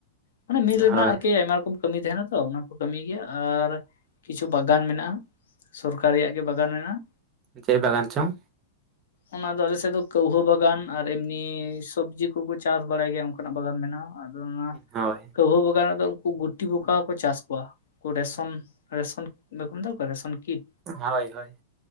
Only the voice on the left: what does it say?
ᱢᱟᱱᱮ ᱢᱤᱞ ᱨᱮᱱᱟᱜ
ᱟᱨᱠᱤ ᱟᱭᱢᱟ ᱨᱚᱠᱚᱢ ᱠᱟᱹᱢᱤ ᱛᱟᱦᱮᱱᱟ ᱛᱚ ᱚᱱᱟ ᱠᱚ ᱠᱟᱹᱢᱤᱭ ᱜᱮᱭᱟ ᱟᱨ ᱠᱤᱪᱷᱩ ᱵᱟᱜᱟᱱ ᱢᱮᱱᱟᱜᱼᱟ᱾ ᱥᱚᱨᱠᱟᱨᱤᱭᱟᱜ ᱜᱮ ᱵᱟᱜᱟᱱ ᱢᱮᱱᱟᱜᱼᱟ᱾
ᱚᱱᱟ ᱫᱚ ᱟᱞᱮ ᱥᱮᱜ ᱫᱚ ᱠᱟᱹᱣᱦᱟᱹ ᱵᱟᱜᱟᱱ ᱟᱨ ᱮᱢᱱᱤ ᱥᱚᱵᱽᱡᱤ ᱠᱚᱠᱚ ᱪᱟᱥ ᱵᱟᱲᱟᱭ ᱜᱮᱭᱟ ᱚᱱᱠᱟᱱᱟᱜ ᱵᱟᱜᱟᱱ ᱢᱮᱱᱟᱜᱼᱟ᱾ ᱟᱫᱚ ᱚᱱᱟ
ᱠᱟᱹᱣᱦᱟᱹ ᱵᱟᱜᱟᱱ ᱨᱮᱫᱚ ᱩᱱᱠᱩ ᱜᱩᱴᱷᱤ ᱯᱚᱠᱟ ᱦᱚᱸᱠᱚ ᱪᱟᱥ ᱠᱚᱣᱟ᱾ ᱠᱩ ᱨᱮᱥᱚᱱ, ᱨᱮᱥᱚᱱ ᱵᱟᱠᱩ ᱢᱮᱛᱟ ᱠᱚᱣᱟ ᱨᱮᱥᱚᱱ ᱠᱤᱴ᱾